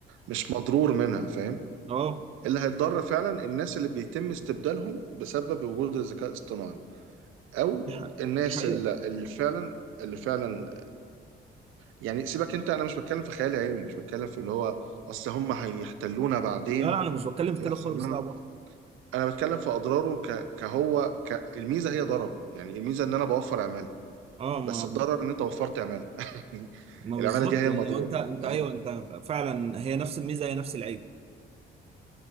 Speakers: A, on the right; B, on the right.
A: مش مضرور منها فاهم
B: أه
A: اللي هيتضر فعلا الناس اللي بيتم استبدالهم بسبب وجود الذكاء الاصطناعي او
B: دي حقيقة
A: الناس
B: دي حقيقة
A: اللي, اللي فعلا اللي فعلا يعني سيبك انت انا مش بتكلم في خيال علمي مش بتكلم في اللي هو اصل هم هيحتلونا بعدين
B: لا لا أنا مش بتكلم
A: وهيحصل
B: في كده خالص
A: لنا
B: لا برضه
A: انا بتكلم في اضراره ك... كهو ك... الميزه هي ضرره يعني الميزه ان انا بوفر عماله
B: أه ما
A: بس الضرر ان انت وفرت عماله <laughs> يعني
B: ما
A: العماله
B: بالظبط
A: دي هي
B: يعني
A: المضرور
B: هو أنت أنت
A: فاهم
B: أيوه أنت فعلا هي نفس الميزة هي نفس العيب